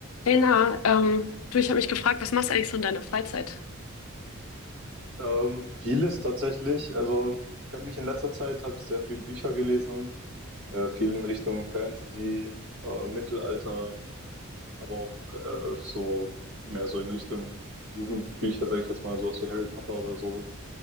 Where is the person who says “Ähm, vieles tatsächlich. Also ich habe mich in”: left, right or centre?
Right